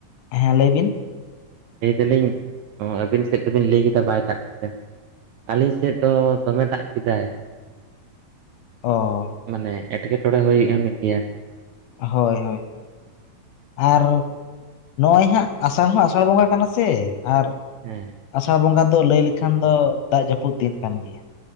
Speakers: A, on the left; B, on the right.
A: ᱦᱮᱸ ᱞᱟᱹᱭ ᱵᱤᱱ?
B: ᱞᱟᱹᱭ ᱮᱫᱟᱞᱤᱧ ᱟᱹᱵᱤᱱ ᱥᱮᱫ ᱫᱚᱵᱤᱱ ᱞᱟᱹᱭ ᱠᱮᱫᱟ ᱵᱟᱭ ᱫᱟᱜ ᱠᱮᱫᱟ? ᱟᱹᱞᱤᱧ ᱥᱮᱫ ᱫᱚ ᱫᱚᱢᱮ ᱫᱟᱜ ᱠᱮᱫᱟᱭ ᱾
A: ᱚ ᱾
B: ᱢᱟᱱᱮ, ᱮᱴᱠᱮᱴᱚᱬᱮ ᱦᱳᱭ ᱠᱟᱱ ᱜᱮᱭᱟ ᱾
A: ᱦᱳᱭ- ᱦᱳᱭ ᱾ ᱟᱨ ᱱᱚᱜ-ᱚᱭ ᱦᱟᱸᱜ ᱟᱥᱟᱲ ᱦᱚᱸ ᱟᱥᱟᱲ ᱵᱚᱸᱜᱟ ᱠᱟᱱᱟ ᱥᱮ ᱟᱨ
B: ᱦᱮᱸ ᱾
A: ᱟᱥᱟᱲ ᱵᱚᱸᱜᱟ ᱫᱚ ᱞᱟᱹᱭ ᱞᱮᱠᱷᱟᱱ ᱫᱚ ᱫᱟᱜ ᱡᱟᱹᱯᱩᱫ ᱫᱤᱱ ᱠᱟᱱ ᱜᱮᱭᱟ ᱾